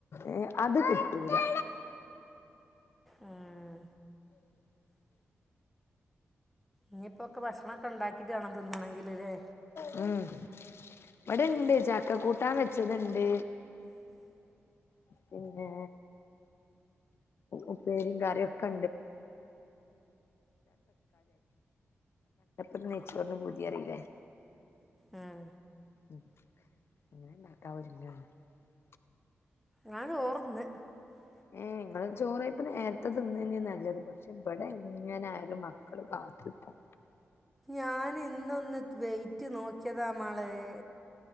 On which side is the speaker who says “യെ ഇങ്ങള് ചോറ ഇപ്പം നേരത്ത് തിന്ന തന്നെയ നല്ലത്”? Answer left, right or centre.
Left